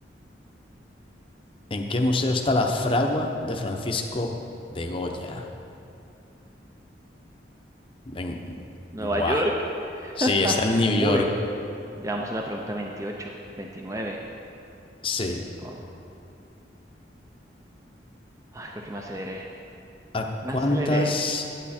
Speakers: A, on the left; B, on the right.
A: ¿En qué museo está la fragua de Francisco de Goya? En...
B: Nueva
A: Buah.
B: York.
A: Sí,
B: <laughs>
A: está en New
B: Uy,
A: York.
B: ya vamos a la pregunta veintiocho veintinueve
A: Sí.
B: Oh, ah, creo que me aceleré.
A: ¿A
B: Me
A: cuántas?
B: aceleré.